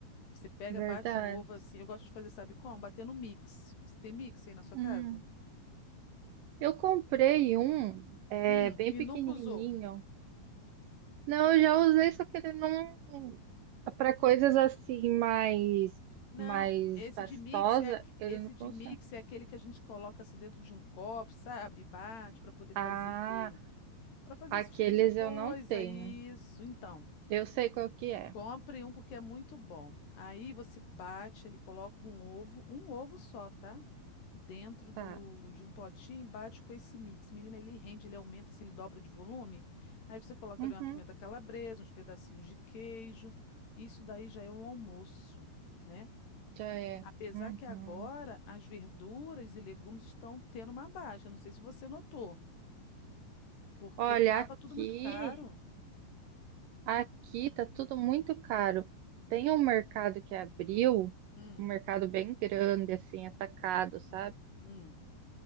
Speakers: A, on the left; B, on the right.
A: Você pega,
B: verdade.
A: bate um ovo assim. Eu gosto de fazer, sabe como? Bater no mix. Você tem mix aí na sua casa?
B: Hum, eu comprei um, é,
A: Hum,
B: bem
A: e
B: pequenininho.
A: nunca usou.
B: Não, eu já usei, só que ele não. Para coisas assim mais,
A: Não,
B: mais
A: esse
B: pastosa,
A: de mix é aque-
B: ele
A: esse
B: não
A: de
B: funciona.
A: mix é aquele que a gente coloca assim dentro de um copo, sabe? Bate para poder fazer
B: Ah,
A: para fazer
B: aqueles
A: esse tipo de coisa,
B: eu não tenho.
A: isso. Então,
B: Eu sei qual que é.
A: compre um porque é muito bom. Aí você bate, ele coloca um ovo, um ovo só, tá? Dentro do,
B: Tá.
A: de um potinho, bate com esse mix. Menina, ele rende, ele aumenta, assim, ele dobra de volume. Aí você coloca
B: Uhum,
A: ali uma pimenta calabresa, uns pedacinhos de queijo. Isso daí já é um almoço, né?
B: já é.
A: Apesar
B: Uhum.
A: que agora as verduras e legumes estão tendo uma baixa. Não sei se você notou, porque
B: Olha,
A: estava
B: aqui,
A: tudo muito caro.
B: aqui tá tudo muito caro. Tem um mercado que abriu,
A: Hum,
B: um mercado bem grande, assim, atacado, sabe?
A: hum.